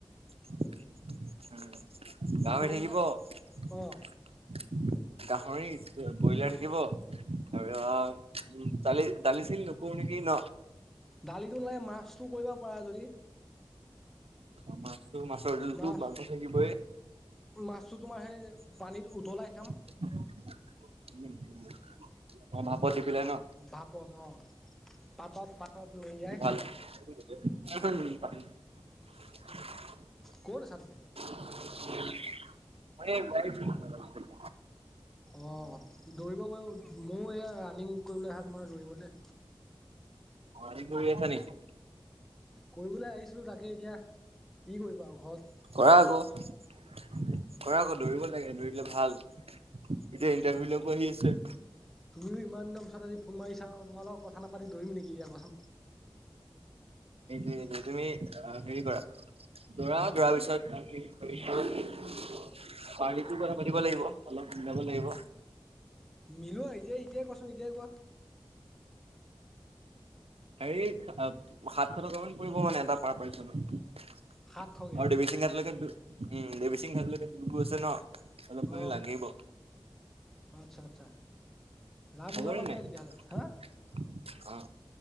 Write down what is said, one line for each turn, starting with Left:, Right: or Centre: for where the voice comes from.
Right: গাহৰি থাকিব।
Centre: তোমালোকে
Right: গাহৰি,
Centre: অ
Right: ব্ৰইলাৰ থাকিব। আৰু উ <unintelligible> তালি তালি চিল ন কু ন কিি ন
Centre: দালিটো লাগে মাছতটো কৰিব পাৰা যদি,
Right: অ' মাছটো, মাছৰ জোলতো
Centre: মাছ
Right: মংস থাকিবই।
Centre: মাছটো তোমাৰ সেই পানীত উতলাই খাম।
Right: উম' অ' ভাপত দি পিলাই ন,
Centre: ভাপত অ পাতত পাতত মেৰিয়াই
Right: ভাল প <unintelligible>
Centre: ক'ত আছা তুমি।
Right: মই এই ওলাইছোঁ। তোমালোকৰ ঘৰলৈ,
Centre: অ, দৌৰিব গ ময়ো এই ৰাণিং কৰিবলৈ আহা তোমাৰ দৌৰিবলৈ।
Right: অ' ৰানি য'ৰ <unintelligible> নেকি
Centre: কৰিবলৈ আহিছিলোঁ তাকে এতিয়া, কি কৰিব আৰু ঘৰত।
Right: কৰা আকৌ'কৰা আকৌ দৌৰিব লাগে। দৌৰিলে ভাল। এতিয়া ইণ্টাৰভিউ লৈকো আহি আছে।
Centre: তুমি ইমান <unintelligible> দিনৰ পিছতজিোন মাৰিা তোমাল লগ কথাাপাতিৰিম নেকিিয়া কোৱাচোন।
Right: এইটোৱে টো তুমি হেৰি কৰা। দৌৰা দৌৰা পিছত, পাৰ্টিতো কথা পাতিব লাগিব। অলপ মিলাব লাগিব।
Centre: মিলোৱা এতিয়া, এতিয়াই কোৱাচোন এতিয়াই কোৱা।
Right: হেৰি সাতশ টকামান পৰিব মানে, এটা পাৰ পাৰ্চনত।
Centre: সাতশকে
Right: আৰু, দেৱী সিং ধাৰলৈকে উম' দেৱী সিং ধাৰলৈকে তোমি গৈছা ন, অলপ মানে
Centre: অ,
Right: লাগিব
Centre: আচ্ছা আচ্ছা। যাম
Right: খবৰে
Centre: ওলাবা
Right: নাই।
Centre: দিয়া তেতিয়াহ'লে হা
Right: অ,